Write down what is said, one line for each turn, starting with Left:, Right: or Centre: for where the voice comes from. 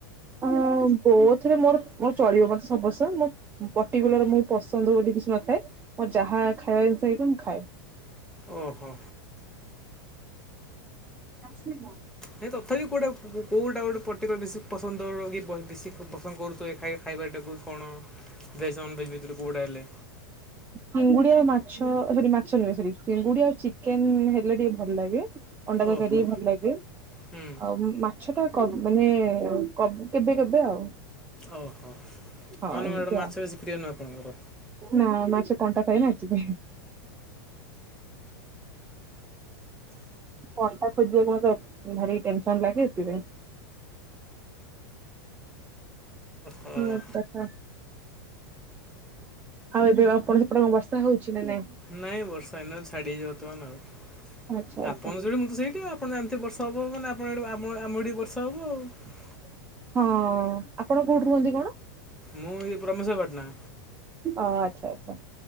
Right: ହଁ ବୋଥରେ ମୋର ମୋ ଚଳିବ ମତେ ସବୁ ପସନ୍ଦ ମୋ ପର୍ଟିକୁଲାର ମୋ ପସନ୍ଦ ବୋଲି କିଛି ନ ନଥାଏ ମୋ ଯାହା ଖାଇବା ଜିନିଷ ହେଇଥାଏ ମୁଁ ଖାଏ।
Centre: ଓହୋ।
Right: ଆସିନ।
Centre: ନାଇ ତଥାପି କୋଉଟା କ-କ-କୋଉଟା ଗୋଟେ ପ କେତେବେଳେ ବେଶୀ ପସନ୍ଦ ର କି ବ ବେଶୀ ପ-ପସନ୍ଦ କରୁଥିବେ ଏ ଖାଇ ଖାଇବାଟାକୁ କଣ? ଭେଜ ନନ୍ ଭେଜ ଭିତରୁ। କେଉଁଟା ହେଲେ
Right: ଚିଙ୍ଗୁଡି ଆଉ ମା ଛ ଅ ସରି ମାଛ ନୁହେଁ ସରି ଚିଙ୍ଗୁଡ଼ି ଆଉ ଚିକେନ ହେଲେ ଟିକେ ଭଲ ଲାଗେ। ଅଣ୍ଡା ତରକାରୀ
Centre: ଓହୋ
Right: ଭଲ ଲାଗେ
Centre: ହୁଁ
Right: ଆଉ ଉଁ ମାଛ ଟା କମ। ମାନେ କବ କେବେ କେବେ ଆଉ।
Centre: ଓହୋ
Right: ହଁ
Centre: ତା ମାନେ
Right: ଏମିତି
Centre: ଏଟା ମାଛ
Right: ଆଉ
Centre: ବେଶୀ ପ୍ରିୟ ନା ଆପଣଙ୍କର?
Right: ନା ମାଛକଣ୍ଟା ଥାଏନା ହେଥିପାଇଁ। ପଠା। ଖୋଜିବାକୁ ମତେ ଭାରି ଟେନସନ ଲାଗି ସେଥିପାଇଁ।
Centre: ହଁ
Right: ନ କଥା। ଆଉ ଏବେ ଆପଣ ସେପଟେ କଁ ବର୍ଷା ହଉଛି? ନା ନାଇଁ?
Centre: ନାଇଁ ବର୍ଷା ହେଇନି ଛାଡି ଯାଇଛି ବର୍ତ୍ତମାନ ଆଉ
Right: ଆଚ୍ଛା ଆଚ୍ଛା
Centre: ଆପଣ ସେଇଠି ମୁଁ ତ ସେଇଠି। ଆପଣ ଏମିତି ବର୍ଷ ହବ ମାନେ ଆପଣ ଏଠୁ ଆ ଆମଠି ବର୍ଷା ହବ ଆଉ।
Right: ହଁ। ଆପଣ କୋଉଠି ରୁହନ୍ତି କଣ?
Centre: ମୁଁ ପ୍ରମସ ପାଟନା।
Right: ଆଚ୍ଛା ଆଚ୍ଛା।